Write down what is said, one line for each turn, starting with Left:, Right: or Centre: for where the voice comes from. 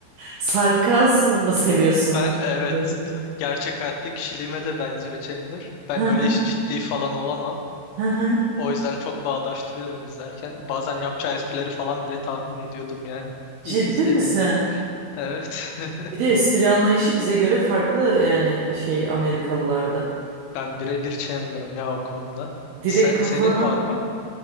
Right: Sarkazm mı seviyorsun?
Left: Ben evet
Right: Chandler gibi.
Left: gerçek hayatta kişiliğime de benziyor Chandler. Ben
Right: Hı
Left: böyle
Right: hı.
Left: hiç ciddi falan olamam.
Right: Hı hı.
Left: O yüzden çok bağdaştırıyorum izlerken. Bazen yapacağı esprileri falan bile tahmin ediyordum yani.
Right: Ciddi
Left: ilk izlediğimde.
Right: misin?
Left: Evet. <laughs>
Right: Bir de espri anlayışı bize göre farklı yani şey Amerikalılarda.
Left: Ben birebir Chandler'ım ya o konuda.
Right: Direkt
Left: Sen,
Right: kafanın
Left: senin var mı?